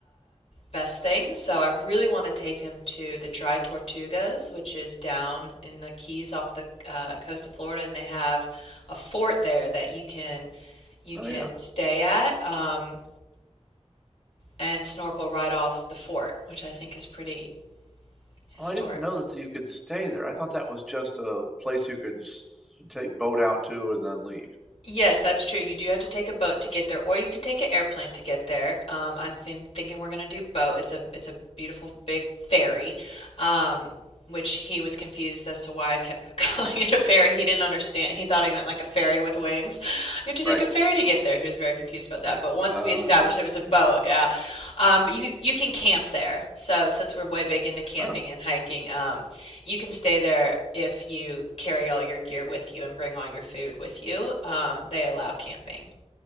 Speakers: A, on the left; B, in the centre.
A: best thing. So I really want to take him to the Dry Tortugas, which is down in the Keys off the uh, coast of Florida, and they have a fort there that you can you
B: oh
A: can
B: yeah.
A: stay at um, and snorkel right off the fort, which I think is pretty historic.
B: Oh, I didn't know that you could stay there. I thought that was just a place you could s- take boat out to and then leave.
A: Yes, that's true. You do have to take a boat to get there, or you can take an airplane to get there. Um, I think thinking we're gonna do boat. It's a it's a beautiful big ferry, um, which he was confused as to why I kept <laughs> calling it a ferry. He didn't understand. He thought I meant like a ferry with wings. You have to
B: Right.
A: take a ferry to get there. He was very confused about
B: It's
A: that.
B: like,
A: But once
B: uh,
A: we established it was a boat,
B: yeah.
A: yeah. Um, but you you can camp there. So since we're way big into camping
B: Oh,
A: and hiking, um, you can stay there if you carry all your gear with you and bring all your food with you. Um, they allow camping.